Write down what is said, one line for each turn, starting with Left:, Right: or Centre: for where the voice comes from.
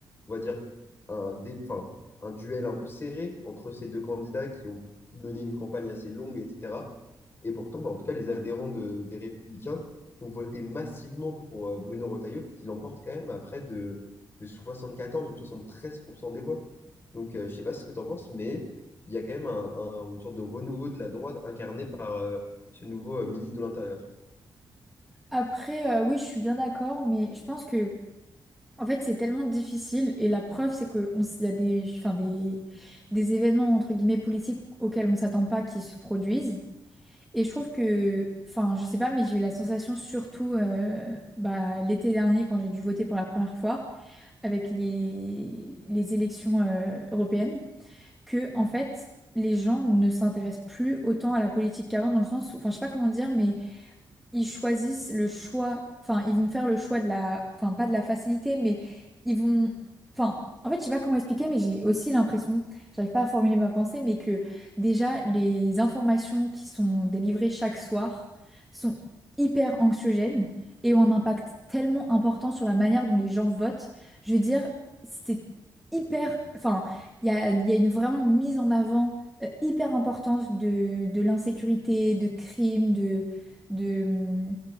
Left: on va dire, un, dé- enfin, un duel un peu serré entre ces deux candidats qui ont mené une campagne assez longue, etc. Et pourtant, bah, en tout cas, les adhérents de- des Républicains ont voté massivement pour euh, Bruno Retailleau, qui l'emporte quand même à près de, de 74 ou 73% des voix. Donc, euh, je ne sais pas ce que tu en penses, mais il y a quand même un- un- une sorte de renouveau de la droite incarné par euh, ce nouveau euh, ministre de l'Intérieur.
Centre: Après, euh, oui, je suis bien d'accord, mais je pense que En fait, c'est tellement difficile et la preuve, c'est qu'il y a des, enfin, des, des événements entre guillemets politiques auxquels on s'attend pas qui se produisent. Et je trouve que, enfin, je sais pas, mais j'ai eu la sensation surtout euh, bah, l'été dernier quand j'ai dû voter pour la première fois avec les, les élections euh, européennes, que en fait, les gens ne s'intéressent plus autant à la politique qu'avant dans le sens, où- enfin, je sais pas comment dire, mais ils choisissent le choix, enfin, ils vont faire le choix de la, enfin, pas de la facilité, mais ils vont, enfin, en fait, je sais pas comment expliquer, mais j'ai aussi l'impression, j'arrive pas à formuler ma pensée, mais que déjà, les informations qui sont délivrées chaque soir sont hyper anxiogènes et ont un impact tellement important sur la manière dont les gens votent. Je veux dire, c'est hyper, enfin, il y a, il y a une, vraiment une mise en avant euh, hyper importante de, de l'insécurité, de crimes, de, mm,